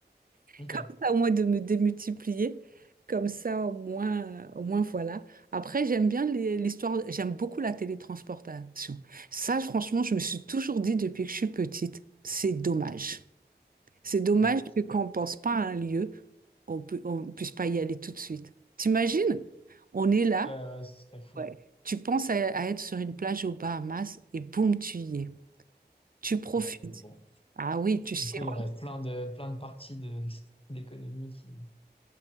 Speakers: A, on the left; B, on the right.
A: Ok.
B: Comme ça, au moins de me démultiplier. Comme ça, au moins, au moins voilà. Après, j'aime bien les- l'histoire, j'aime beaucoup la télétransportation. Ça, franchement, je me suis toujours dit depuis que je suis petite, c'est dommage. C'est dommage
A: Ouais,
B: que quand on pense pas à un lieu, on peut, on puisse pas y aller tout de suite. T'imagines? On est là,
A: euh, ce serait fou.
B: Ouais. tu penses à, à être sur une plage aux Bahamas et boum, tu y es. Tu profites.
A: Ouais, mais bon.
B: Ah oui, tu
A: Du
B: sirotes.
A: coup, il y aurait plein de plein de parties de <laughs> l'économie qui.